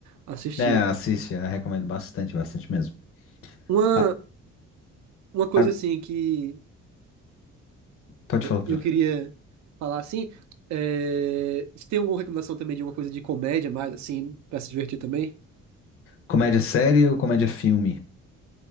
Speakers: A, on the right; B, on the left.
A: assistir.
B: É, assiste, eu recomendo bastante, bastante mesmo.
A: Uma,
B: Ah,
A: uma coisa
B: ah,
A: assim que
B: pode falar pra
A: eu
B: ela.
A: queria falar assim. É, se tem alguma recomendação também de alguma coisa de comédia, mais assim, pra se divertir também?
B: Comédia série ou comédia filme?